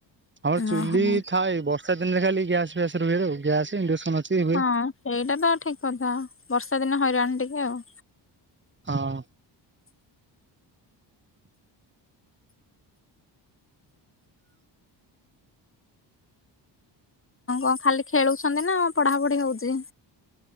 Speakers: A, on the right; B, on the left.
A: ଆମର ଚୁଲି
B: ଓହୋ।
A: ଥାଏ ବର୍ଷ ବର୍ଷା ଦିନରେ ଖାଲି ଗ୍ୟାସ୍ ଫ୍ୟାସ୍ ରୁହେ ଗ୍ୟାସ୍ ଇଣ୍ଡକ୍ସନ ଅଛି ହୁଏ।
B: ହଁ ସେଇଟା ତ ଠିକ୍ କଥା ବର୍ଷା ଦିନ ହଇରାଣ ଟିକେ ଆଉ।
A: ହଁ।
B: ହଁ କଣ ଖାଲି ଖେଳୁଛନ୍ତି ନା ପଢାପଢି ହଉଛି।